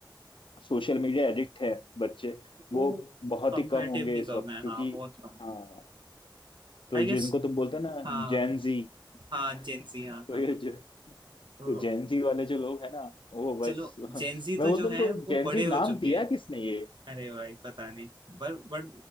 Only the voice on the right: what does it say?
वो
कंपेरेटिवली
कम
है
हाँ बहुत कम
आई गेस
हाँ
हाँ जेंजी
हाँ
हाँ
तो
चलो
जेंजी तो
जो
है
वो
बड़े हो
चुके
हैं
अरे भाई पता नहीं पर बट